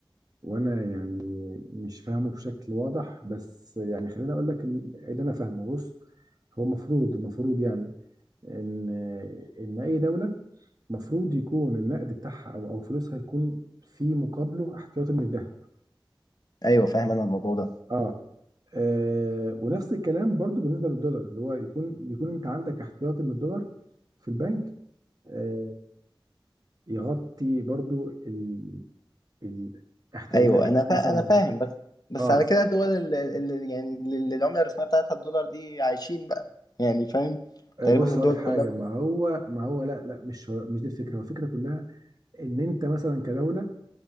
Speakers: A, on the right; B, on the left.
A: وانا يعني مش فاهمه بشكل واضح بس يعني خليني اقول لك ال- اللي انا فاهمه بص هو المفروض المفروض يعني ان ان اي دولة المفروض يكون النقد بتاعها او او فلوسها يكون في مقابله احتياطي من الذهب
B: ايوه فاهم انا الموضوع ده
A: اه آه ونفس الكلام برضو بالنسبه للدولار اللي هو يكون يكون انت عندك احتياطي من الدولار في البنك آه يغطي برضو ال... ال... احتياجاتك
B: ايوه انا فا...
A: مثلا
B: انا فاهم بس بس
A: اه
B: على كده الدول اللي, اللي يعني اللي العمله الرسميه بتاعتها الدولار دي عايشين بقى يعني فاهم
A: آه،
B: تقريبا
A: بص
B: الدول
A: هقول لك حاجه
B: كلها بت-
A: ما هو ما هو لا لا مش مش دي الفكره هو الفكره كلها ان انت مثلا كدوله